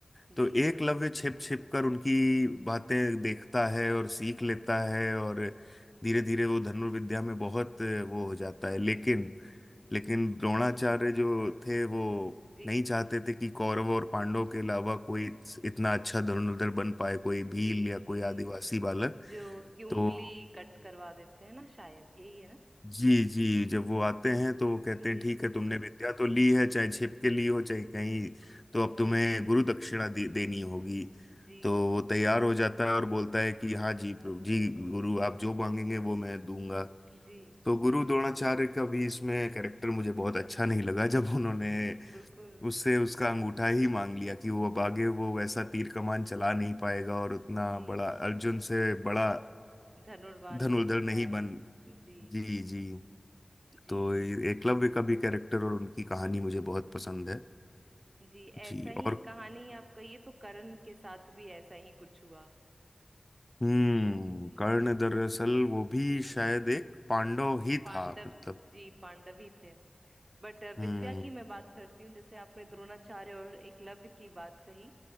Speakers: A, on the right (about 45°); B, on the left (about 20°).
A: जी
B: तो एकलव्य छिप छिप कर उनकी बातें देखता है और सीख लेता है और धीरे धीरे वो धनुर्विद्या में बहुत वो हो जाता है लेकिन लेकिन द्रोणाचार्य जो थे वो
A: जी
B: नहीं चाहते थे कि कौरवों और पांडवों के अलावा कोई इतना अच्छा धनुर्धर बन पाए कोई भील
A: जी
B: या
A: जी
B: कोई आदिवासी बालक
A: जो उसकी उंगली
B: तो
A: कट करवा देते हैं ना शायद यही है ना
B: जी जी जब वो आते हैं तो वो कहते
A: जी
B: हैं ठीक है तुमने विद्या तो ली है चाहे छिप के ली हो चाहे कहीं तो अब
A: जी
B: तुम्हें गुरु दक्षिणा दे, देनी होगी
A: जी
B: तो वो तैयार हो जाता है और बोलता है कि हाँ जी प्रभु जी गुरु आप जो मांगेंगे वो मैं दूंगा
A: जी
B: तो गुरु द्रोणाचार्य का भी इसमें कैरेक्टर मुझे बहुत अच्छा नहीं लगा जब उन्होंने
A: बिल्कुल
B: उससे उसका अंगूठा ही मांग लिया कि वो अब आगे वो वैसा तीर कमान चला नहीं पाएगा और उतना
A: जी
B: बड़ा अर्जुन से बड़ा
A: धनुर्वान
B: धनुर्धर
A: नहीं बन
B: नहीं
A: पाया
B: बन
A: जी
B: जी जी
A: जी
B: तो ये एकलव्य का भी कैरेक्टर और उनकी कहानी मुझे बहुत पसंद है
A: जी ऐसा
B: जी
A: ही
B: और
A: कहानी आपका ये तो कर्ण के साथ भी ऐसा ही कुछ हुआ
B: हम्म
A: जी
B: कर्ण दरअसल वो भी शायद एक पांडव ही
A: पांडव
B: था मतलब
A: जी पांडव ही थे बट अ,
B: हम्म
A: विद्या की मैं बात करती हूँ जैसे आपने द्रोणाचार्य और एकलव्य की बात कही